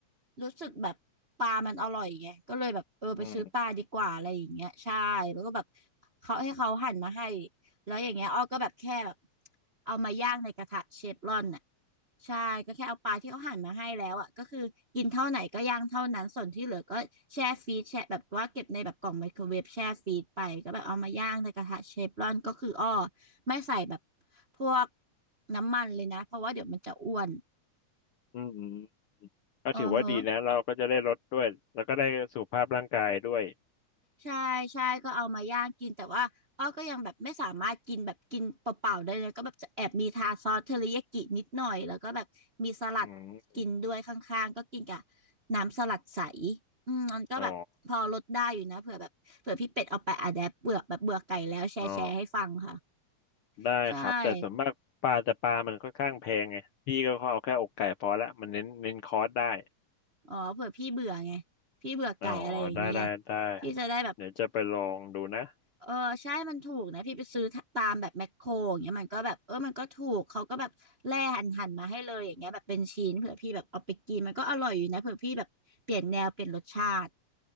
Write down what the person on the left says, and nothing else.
อืม
อืมอืมก็ถือว่าดีนะเราก็จะได้ลดด้วยแล้วก็ได้สุขภาพร่างกายด้วย
อืม
อ๋อ อ๋อได้ครับแต่ส่วนมากปลาแต่ปลามันค่อนข้างแพงไงพี่ก็เอาแค่อกไก่พอละมันเน้นเน้นคอร์สได้
อ๋อได้ได้ได้
เดี๋ยวจะไปลองดูนะ